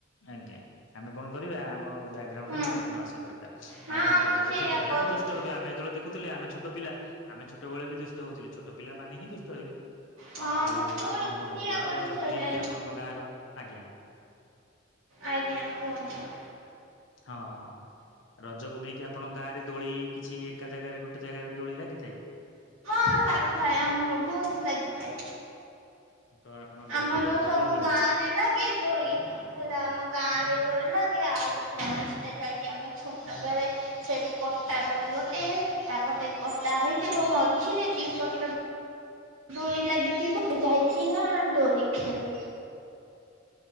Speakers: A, on the left (about 70°); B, on the right (about 90°).
A: ଆଜ୍ଞା, ଆମେ କଣ କରିବା? ଆମ ବ୍ୟାକଗ୍ରାଉଣ୍ଡରେ
B: ହୁଁ
A: ନଏଜ୍ ନ ଆସିବା ଦରକାର।
B: ହଁ
A: ଆଉ କଣ?
B: ମୁଁ
A: କୁହନ୍ତୁ,
B: ସେଇଆ
A: ଛୋଟ ପିଲା
B: କରୁଛି
A: ତ ଦୁଷ୍ଟ ହେବେ। ଆମେ ଯେତେବେଳେ ଦେଖୁଥିଲେ, ଆମେ ଛୋଟ ପିଲା ଆମେ ଛୋଟବେଳେ ବି ଦୁଷ୍ଟ ହଉଥିଲେ। ଛୋଟ ପିଲାମାନେ ହିଁ ଦୁଷ୍ଟ ହେବେ। ତ
B: ହଁ
A: ଆଉ,
B: ମୁଁ ଗୋଡ଼
A: ଆଉ କଣ
B: ଖଣ୍ଡିଆ
A: କୁହନ୍ତୁ? ଆଉ
B: କରିସାରିଲାଣି
A: ରଜକୁ ନେଇକି ଆପଣଙ୍କ ଗାଁ ର ଆଜ୍ଞା
B: ଆଜ୍ଞା କୁହନ୍ତୁ।
A: ହଁ। ରଜକୁ ନେଇକି ଆପଣଙ୍କ ଗାଁରେ ଦୋଳି କିଛି ଏକା ଜାଗାରେ ଗୋଟେ ଜାଗାରେ ଦୋଳି ଲାଗିଥାଏ?
B: ହଁ, ଲାଗିଥାଏ ଆମର ବହୁତ ଲାଗିଥାଏ।
A: ତ ଆପଣ ଦୋଳି
B: ଆମର
A: ଖେଳିବାକୁ
B: ସବୁ
A: ଯିବେ ନିହାତି।
B: ଗାଁରେ ଲାଗେ ଦୋଳି। ହେଲା, ଆମ ଗାଁରେ ଦୋଳି ଲାଗେ। ଆଉ ସମସ୍ତେ ଯାଇକି, ଆମେ ଛୋଟବେଳେ ସେଠି ପଟ୍ଟା ଦୋଳି ଗୋଟେ ତା ପଟେ ପଟ୍ଟା ହେଇଥିବ। ମଝିରେ ଦି ପଟ ଦୋଳି ଲାଗିଥିବ, ଯାଇକି ନାଁ ଦୋଳି ଖେଳୁ।